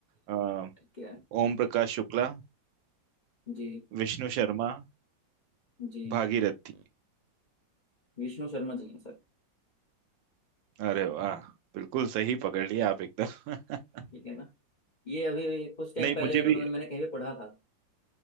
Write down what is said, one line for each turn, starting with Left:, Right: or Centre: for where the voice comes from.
Right: अ,
Left: क्या
Right: ओम प्रकाश शुक्ला
Left: जी
Right: विष्णु शर्मा
Left: जी
Right: भागीरथी
Left: विष्णु शर्मा जी हैं सर
Right: अरे वाह बिल्कुल सही पकड़ लिया आप एकदम <laughs>
Left: ठीक है ना ये अभी कुछ टाइम
Right: नहीं
Left: पहले
Right: मुझे भी
Left: पता नहीं मैंने कहीं पे पढ़ा था